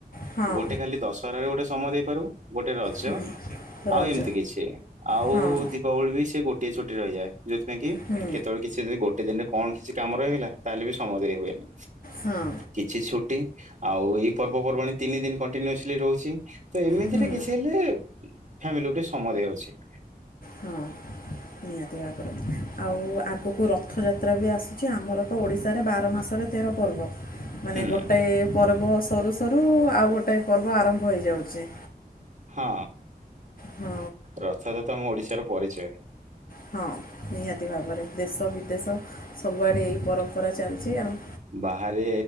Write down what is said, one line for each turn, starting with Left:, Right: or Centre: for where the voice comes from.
Left: ହଁ
Right: ଗୋଟେ ଖାଲି ଦଶହରାରେ ଗୋଟେ ସମୟ ଦେଇପାରୁ ଗୋଟେ ରଜ
Left: ହୁଁ
Right: ଆଉ
Left: ରଜ
Right: ଏମିତି କିଛି ଆଉ
Left: ହଁ
Right: ଦି ପାବଳୀ ବି ସେ ଗୋଟିଏ ଛୁଟି ରହିଯାଏ ଯୋଉଥିପାଇ କି
Left: ହୁଁ
Right: କେତବେଳେ କିଛି ଯଦି ଗୋଟେ ଦିନରେ କଣ କିଛି କାମ ରହିଗଲା ତାହେଲେ ବି ସମୟ ଦେଇ ହୁଏନି।
Left: ହଁ।
Right: କିଛି ଛୁଟି ଆଉ ଏଇ ପର୍ବପର୍ବାଣି ତିନି ଦିନ କଣ୍ଟିନ୍ୟୁସଲି ରହୁଛି ତ ଏମିତିରେ
Left: ହୁଁ
Right: କିଛି ହେଲେ ଫ୍ୟାମିଲି କୁ ଟିକେ ସମୟ ଦେଇ ହଉଛି।
Left: ହଁ। ନିହାତି ଭାବେରେ। ଆଉ ଆଗୁକୁ ରଥଯାତ୍ରା ବି ଆସୁଛି ଆମର ତ ଓଡ଼ିଶାରେ ବାର ମାସରେ ତେର ପର୍ବ। ମାନେ
Right: ହୁଁ।
Left: ଗୋଟାଏ ପରବ ରରସରୁ ସରୁ ଆଉ ଗୋଟାଏ ପର୍ବ ଆରମ୍ଭ ହେଇଯାଉଛି।
Right: ହଁ
Left: ହଁ
Right: ରଥଯାତ୍ରା ଆମ ଓଡିଶାର ପରିଚୟ।
Left: ହଁ ନିହାତି ଭାବରେ ଦେଶ ବିଦେଶ ସବୁଆଡ଼େ ଏଇ ପରମ୍ପରା ଚାଲଚି ଆଉ।
Right: ବାହାରେ